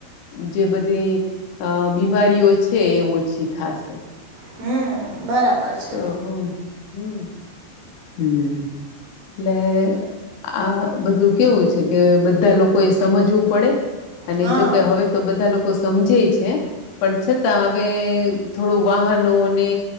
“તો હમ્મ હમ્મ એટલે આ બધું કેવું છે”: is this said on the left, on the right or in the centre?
Left